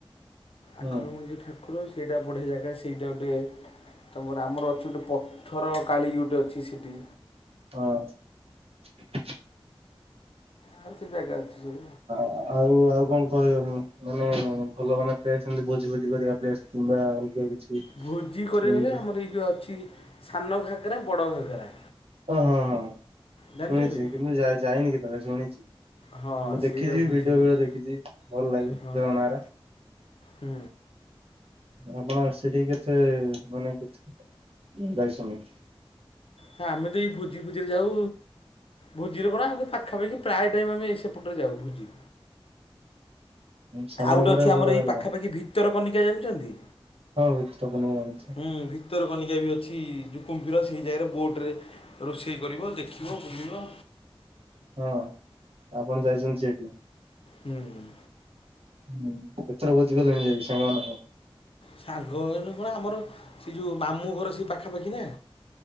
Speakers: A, on the right (about 75°); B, on the left (about 70°).
A: ହୁଁ
B: ଆଖଣ୍ଡଳମଣି ଯଉ ଠାକୁର ସେଇଟା ବଢିଆ ଜାଗା ସେଇଟା ଗୋଟେ ତା ପରେ ଆମର ଅଛି ଗୋଟେ ପଥର କାଳି ଗୋଟେ ଅଛି ସେଇଠି।
A: ହଁ।
B: ଆଉ ସେ ଜାଗା ଅଛି ସବୁ।
A: ଆଉ ଆଉ କଣ କହ ମାନେ ଭଲ ମାନେ ପ୍ଲେସ ସେମିତି ଭୋଜି ଫୋଜି କରିବା ପ୍ଲେସ କିମ୍ବା ଅଲଗା କିଛି?
B: ଭୋଜି କରିବାକୁ
A: ଯେମିତି
B: ହେଲେ ଆମର ଏଇ ଯେଉଁ ଅଛି ସାନ ଘାଗରା ବଡ଼ ଘାଗରା।
A: ଓ ହଁ ହ
B: ଜାଣିଛନ୍ତି
A: ଶୁଣିଛି କିନ୍ତୁ ଯାଇ ଯାଇନି କେତେବେଳେ ଶୁଣିଛି।
B: ହଁ
A: ମୁଁ ଦେଖିଛିି
B: ସେଇଟା ଭୋଜି
A: ଭିଡିଓ
B: ଭୋଜି
A: ଫିଡିଓ ଦେଖିଛିି ଭଲ ଲାଗେ
B: ହଁ
A: ଝରଣା ରା।
B: ହୁଁ।
A: ଆପଣ ସେଠିକି କେତେ ମାନେ କେତେ ଯାଇସନି।
B: ହ ଆମେ ତ ଏଇ ଭୋଜି ଫୋଜିରେ ଯାଉ। ଭୋଜିରେ କଣ ଆମେ ସବୁ ପାଖାପାଖି ପ୍ରାୟ ଟାଇମ୍ ଆମେ ସେପଟରେ ଯାଉ ଭୁଜି।
A: ସାନ
B: ଆଉ
A: ଘାଗରା
B: ଗୋଟେ ଅଛି ଆମର
A: ବଡ ଘାଗରା
B: ଏଇ ପାଖାପାଖି ଭିତରକନିକା ଜାଣିଛନ୍ତି?
A: ହଁ ଭିତରକନିକା ଜାଣିଛି।
B: ହୁଁ ଭିତରକନିକା ବି ଅଛି କୁମ୍ଭିର ସେହି ଜାଗାରେ ବୋଟ ରେ ରୋଷେଇ କରିବ ଦେଖିବ ବୁଲିବ।
A: ହଁ ଆପଣ ଯାଇଛନ୍ତି ସେଠି?
B: ହୁଁ ଉଁ।
A: ହୁଁ କେଥର ଭୋଜି କଲେଣି ଯାଇ ସାଙ୍ଗ ମନ ସହ?
B: ସାଙ୍ଗ ଆମର କଣ ସେ ଯୋଉ ମାମୁଁ ଘର ସେ ପାଖାପାଖି ନା।